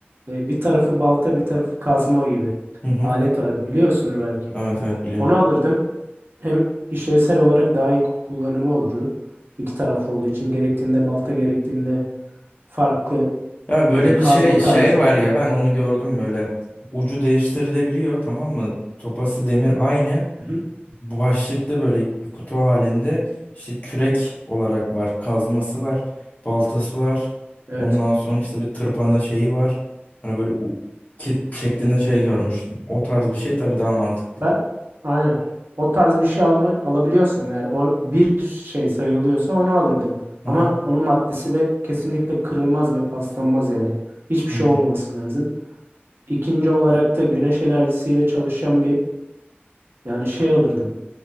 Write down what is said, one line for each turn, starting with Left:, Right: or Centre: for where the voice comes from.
Right: Ee, bir tarafı balta bir tarafı kazma gibi.
Left: Hı hı.
Right: Alet var biliyorsundur belki.
Left: Evet evet biliyorum.
Right: Onu alırdım. Hem işlevsel olarak daha iyi kullanımı olurdu. İki taraflı olduğu için gerektiğinde balta gerektiğinde farklı
Left: Ya böyle
Right: yani kazma
Left: bir şey
Right: tarzı.
Left: şey var ya ben onu gördüm böyle. Ucu değiştirilebiliyor tamam mı? Sopası demir aynı.
Right: Hı hı.
Left: Bu Başlıkta böyle bir kutu halinde işte kürek olarak var. Kazması var. Baltası var.
Right: Evet.
Left: Ondan sonra işte bir tırpanda şeyi var. Hani böyle u- kit şeklinde şey görmüştüm. O tarz bir şey tabii daha mantıklı.
Right: Ben aynen o tarz bir şey alma, alabiliyorsam eğer o bir şey sayılıyorsa onu alırdım.
Left: Hı
Right: Ama
Left: hı
Right: onun maddesi de kesinlikle kırılmaz ve paslanmaz yani. Hiçbir
Left: hı
Right: şey
Left: hı
Right: olmaması lazım. İkinci olarak da güneş enerjisiyle çalışan bir yani şey alırdım.